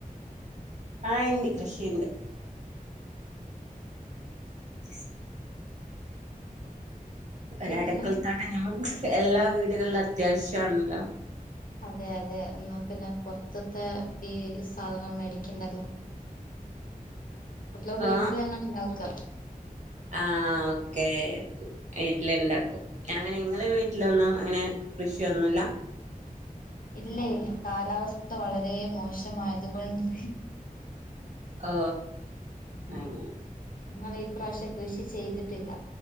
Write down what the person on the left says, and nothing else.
പിന്നെ
അതെയതെ എന്നാപിന്നെ പൊറത്ത്ത്തെ ഈ.. സാധനം മേടിക്കണ്ടല്ലോ.. ത്‌ വീട്ടിലെന്നാണ്ടാക്കാ...
ഇല്ലയില്ല കാലാവസ്ഥ വളരേ.. മോശമായതുകൊണ്ട്
ഞങ്ങളീപ്രാവശ്യം കൃഷി ചെയ്തിട്ടില്ല.